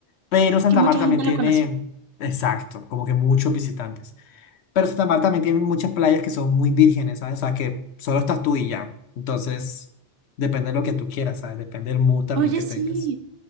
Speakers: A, on the left (about 70°); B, on the right (about 60°).
A: Pero Santa
B: que mucha
A: Marta
B: gente
A: también tiene,
B: lo conoce.
A: exacto, como que muchos visitantes. Pero Santa Marta también tiene muchas playas que son muy vírgenes, ¿sabes? O sea, que solo estás tú y ya. Entonces, depende de lo que tú quieras, ¿sabes? Depende del mood también
B: Oye,
A: que
B: sí.
A: tengas.